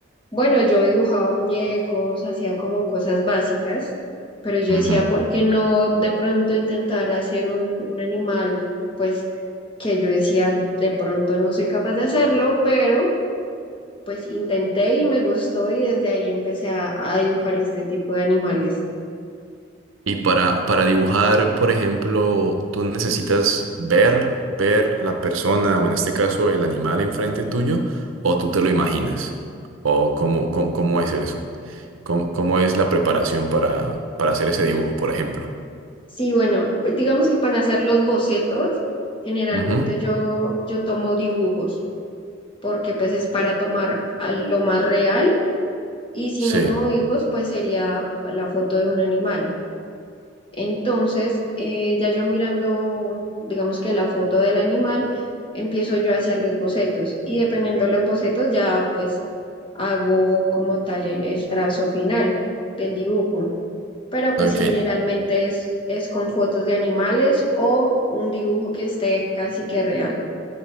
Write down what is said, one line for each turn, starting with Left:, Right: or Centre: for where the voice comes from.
Left: bueno, yo dibujaba muñecos, hacía como cosas básicas, pero yo
Right: ujú.
Left: decía, ¿por qué no de pronto intentar hacer un, un animal pues que yo decía, de pronto no soy capaz de hacerlo, pero pues intenté y me gustó y desde ahí empecé a, a dibujar este tipo de animales.
Right: Y para, para dibujar, por ejemplo, tú necesitas ver, ver la persona o en este caso el animal enfrente tuyo o tú te lo imaginas. O cómo, cómo, cómo es eso. Cómo, cómo es la preparación para, para hacer ese dibujo, por ejemplo.
Left: Sí, bueno, pues digamos que para hacer los bocetos, generalmente
Right: Ujú,
Left: yo, yo tomo dibujos, porque pues es para tomar a lo más real y si
Right: Sí.
Left: no tomo dibujos, pues sería la foto de un animal. Entonces, eh, ya yo mirando, digamos que la foto del animal, empiezo yo a hacer los bocetos y dependiendo de los bocetos ya pues hago como tal el, el trazo final del dibujo. Pero pues
Right: Ok.
Left: generalmente es, es con fotos de animales o un dibujo que esté casi que real.